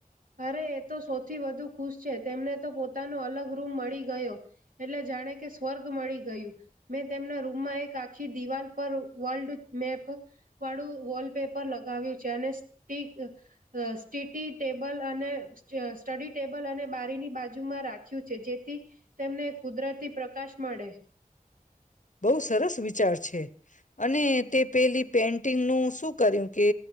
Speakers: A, on the right; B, on the left.
A: અરે એ તો સૌથી વધુ ખુશ છે તેમને તો પોતાનો અલગ રૂમ મળી ગયો એટલે જાણે કે સ્વર્ગ મળી ગયું. મેં તેમના રૂમમાં એક આખી દિવાલ પર વર્લ્ડ મેપ વાળું વોલપેપર લગાવ્યું છે અને સ્ટીટી.. ટેબલ અને સ્ટડી ટેબલ અને બારીની બાજુમાં રાખ્યું છે જેથી તેમને કુદરતી પ્રકાશ મળે...
B: બહુ સરસ વિચાર છે.. અને તે પેલી પેન્ટિંગનું શું કર્યું? કે